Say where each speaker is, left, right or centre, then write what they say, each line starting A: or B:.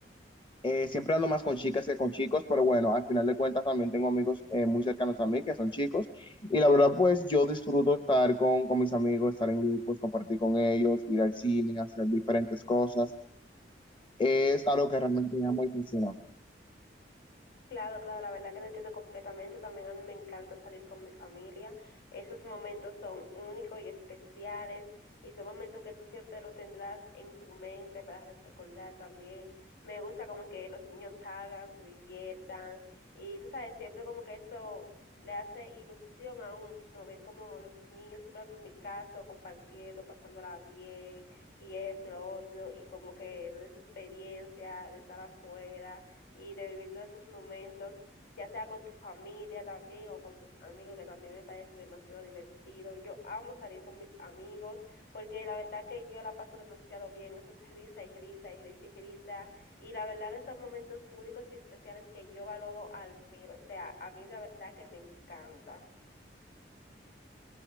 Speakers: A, on the left; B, on the left.
A: eh, siempre ando más con chicas que con chicos, pero bueno, al final de cuentas también tengo amigos eh, muy cercanos a mí que son chicos y la verdad pues yo disfruto estar con, con mis amigos, estar en grupos, compartir con ellos, ir al cine, hacer diferentes cosas es algo que realmente me amo y fascina.
B: Claro, claro, la verdad que te entiendo completamente. También a mí me encanta salir con mi familia. Esos momentos son únicos y especiales y son momentos que tú siempre lo tendrás en tu mente para recordar también. Me gusta como que los niños salgan, se diviertan y tú sabes, siempre como que eso le hace ilusión a uno ver como los niños, por ejemplo, en mi caso, compartiendo, pasándola bien y eso, lo otro y como que toda esa experiencia de estar afuera y de vivir todos esos momentos, ya sea con tu familia también o con tus amigos, que también me parece demasiado divertido. Yo amo salir con mis amigos porque la verdad que yo la paso demasiado bien. Eso es risa y risa y risa y risa. Y la verdad que son momentos únicos y especiales que yo valoro al mil. O sea, a mí la verdad que me encanta.